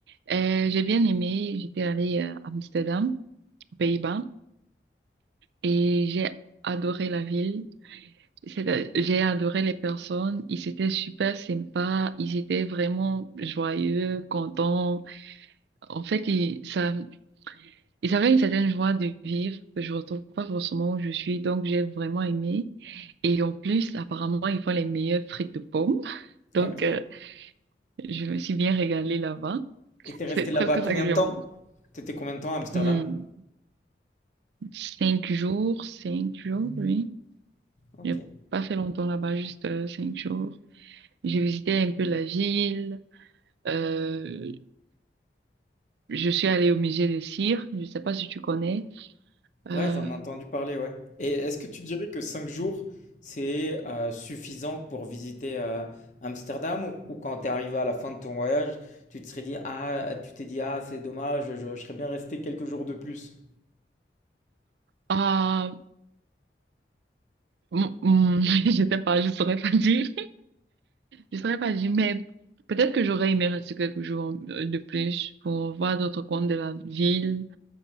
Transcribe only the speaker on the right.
Et j'ai bien aimé. J'étais allée euh, à Amsterdam, aux Pays-Bas, et j'ai adoré la ville. C'est- J'ai adoré les personnes. Ils étaient super sympas. Ils étaient vraiment joyeux, contents. En fait, il- ça, Et ça fait une certaine joie de vivre que je retrouve pas forcément où je suis. Donc, j'ai vraiment aimé. Et en plus, apparemment, ils font les meilleures frites de pommes. <laughs> Donc,
euh, je me suis bien régalée là-bas.
C'est presque
ça que
j'ai
mangé.
Hmm, Cinq jours, cinq jours, oui.
J'ai pas fait longtemps là-bas, juste euh, cinq jours. J'ai visité un peu la ville. Euh, je suis allée au musée de cire. Je sais pas si tu connais. Euh,
ah, mm, mm, <laughs> je sais pas, je saurais pas dire. Je saurais pas dire, mais peut-être que j'aurais aimé rester quelques jours euh, de plus pour voir d'autres coins de la ville.